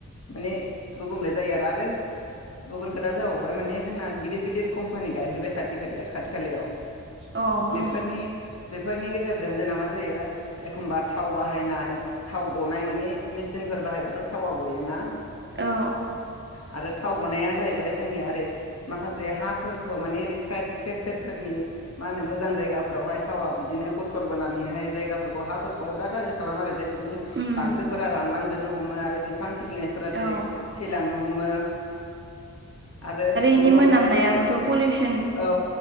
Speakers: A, on the left; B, on the right.
A: माने गुबुंले जायो आरो आरो गुबुन खोथा जाबावबाय माने जोंना गिदिर गिदिर कम्पानि गायफैबाय खाथि खाथि खा-खाथि खालायाव
B: अ औ
A: बेफोरनि
B: औ
A: बेफोरनि गेजेर जों मा जायो एखमबा थाव बाहायनाय थाव गनाय माने मेचनफोर बाहायबाथ थावआ गयोना
B: अ
A: आरो थाव गनाया जाहैबाय जोंनिया ओरै माखासे हाफोरखौ मान ओरै सेर सेरफोरनि मा होनो मोजां जायगाफोरावहाय थावा बिदिनो गसर बोनानैहाय जायगाफोरखौ हाफोरखौहाय बिराद गाज्रि खालामोआरो जेरै मानि
B: उम
A: गांसोफोरा रानलां जोब हमो आरो बिफां खिलिनाय फोरा जेरै
B: अ
A: थैलांनो हमो आरो बिनि
B: इनि मोनामनायाबोथ'
A: अनगायैबो जाहैबाय
B: पलिउसन
A: औ